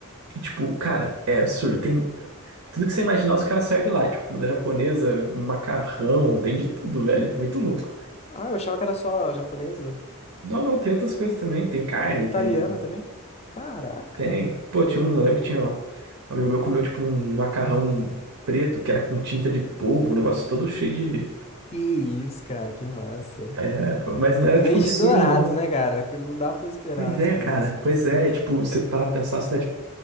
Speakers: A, on the right; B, on the left.
A: E tipo, cara, é absurdo. Tem tudo que você imaginar, os caras servem lá. Tipo, comida japonesa, macarrão, tem de tudo, velho. É Muito louco.
B: ah, eu achava que era só japonesa.
A: Não, não, tem outras coisas também. Tem carne,
B: Italiana
A: tem.
B: também? Caraca.
A: Tem. Pô, tinha um. Eu lembro que tinha um amigo meu comeu, tipo, um macarrão preto que era com tinta de polvo, um negócio todo cheio de.
B: Que isso, cara, que massa.
A: É, pô, mas não era,
B: No
A: tipo,
B: mês
A: absurdo,
B: de Dourados,
A: não.
B: né, cara? Não dá pra esperar
A: Pois
B: as
A: é,
B: coisas
A: cara. Pois é. E, tipo, você parar pra pensar, a cidade